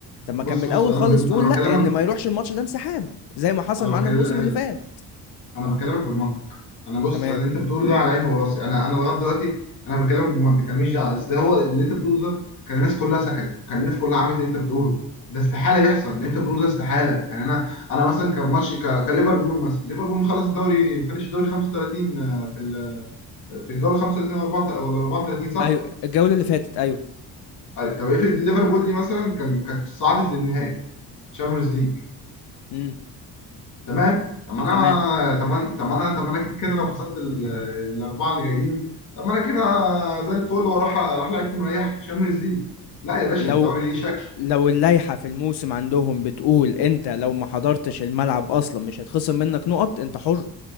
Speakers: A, on the left; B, on the left.
A: طب ما
B: بص
A: كان من الاول
B: بص انا
A: خالص
B: ب...
A: تقول
B: انا بكلمك
A: لا ان ما يروحش الماتش ده انسحاب زي ما حصل
B: انا
A: معانا
B: بكلم
A: الموسم اللي فات
B: انا بكلمك بالمنطق انا بص
A: تمام
B: انا انت بتقوله ده على عيني وراسي انا انا لغايه دلوقتي انا بكلمك بالمنطق انا ماليش دعوه اصل هو اللي انت بتقوله ده كان الناس كلها سكتت كان الناس كلها عملت اللي انت بتقوله ده استحاله يحصل اللي انت بتقوله ده استحاله يعني انا انا مثلا كماتش ك... كليفربول مثلا ليفربول مخلص الدوري فinish الدوري 35 آه، في ال... في الجوله 35 ولا 4 ولا 34 صح؟
A: ايوه الجولة اللي فاتت ايوه
B: أي- طب افرض ليفربول دي مثلا كان كانت صعدت للنهائي تشامبيونز ليج
A: امم
B: تمام طب ما انا
A: تمام
B: طب ما أنا- طب ما انا طب ما انا كده كده لو خسرت ال- الاربعه اللي جايين طب ما انا كده زي الفل واروح اروح لعيبه مريح شامبيونز ليج لا يا باشا
A: لو
B: الدوري ليه شكل
A: لو اللائحة في الموسم عندهم بتقول انت لو ما حضرتش الملعب اصلا مش هيتخصم منك نقط انت حر